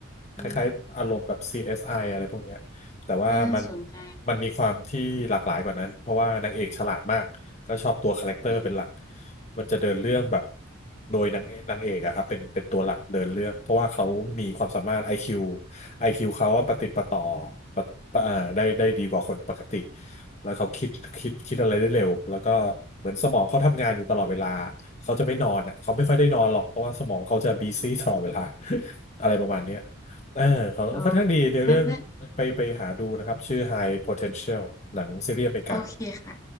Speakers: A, on the left (about 15°); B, on the left (about 35°).
A: อืม
B: คล้ายๆอารมณ์แบบ CSI อสไออะไรพวกเนี้ยแต่ว่ามัน
A: น่าสนใจ
B: มันมีความที่หลากหลายกว่านั้น เพราะว่านางเอกฉลาดมาก ก็ชอบตัวคาแรคเตอร์เป็นหลัก
A: อืม
B: มันจะเดินเรื่องแบบ โดยนางนางเอกอะครับเป็นเป็นตัวหลักเดินเรื่อง เพราะว่าเขามีความสามารถ IQ IQ เขาอะประติดประต่อปะปะอ่าได้ได้ดีกว่าคนปกติ แล้วเขาคิดคิดคิดอะไรได้เร็ว แล้วก็เหมือนสมองเขาทำงานอยู่ตลอดเวลาเขาจะไม่นอนอ่ะเขาไม่ค่อยได้นอนหรอกเพราะว่าสมองเขาจะบีซี่ตลอดเวลา
A: อืม
B: <laughs> อะไรประมาณเนี้ย เออเขาค่อนข้างดีในเรื่อง
A: ลองนะนะ
B: ไปไปหาดูนะครับชื่อ High Potential หนังซีรีส์อเมริกา
A: โอเคค่ะ